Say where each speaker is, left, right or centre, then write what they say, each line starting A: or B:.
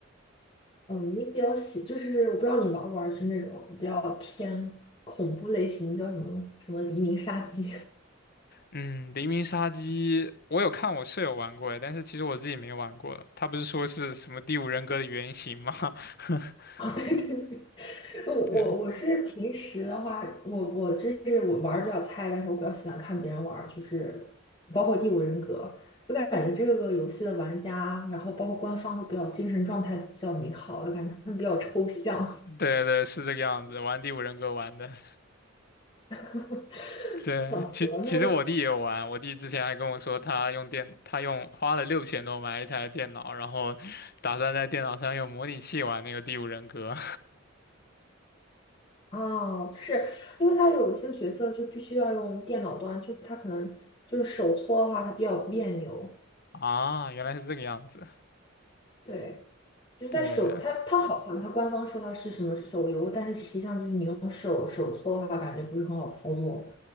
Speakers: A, on the left (about 25°); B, on the left (about 50°).
A: 嗯，你比较喜，就是我不知道你玩不玩，就是那种比较偏恐怖类型，叫什么什么《黎明杀机》
B: 嗯，《黎明杀机》我有看我舍友玩过，但是其实我自己没玩过。他不是说是什么《第五人格》的原型吗？<laughs>
A: <laughs> 啊？对对对。我我我是平时的话，
B: 对。
A: 我我这是我玩儿比较菜，但是我比较喜欢看别人玩儿，就是包括《第五人格》，就感觉这个游戏的玩家，然后包括官方都比较精神状态都比较美好，我感觉他们比较抽象，
B: 对对，是这个样子，玩第五人格玩的。
A: <laughs>
B: 对，
A: 笑死了。
B: 其其实我弟也有玩，
A: 那
B: 我弟之前还跟我说，他用电，他用花了六千多买一台电脑，然后打算在电脑上用模拟器玩那个第五人格。
A: 哦，是因为他有一些角色就必须要用电脑端，就是他可能就是手搓的话，他比较别扭，
B: <laughs> 啊，原来是这个样子。
A: 对。就是在手，
B: 对
A: 它它好像它官方说它是什么手游，但是实际上就是你用手手搓的话，感觉不是很好操作。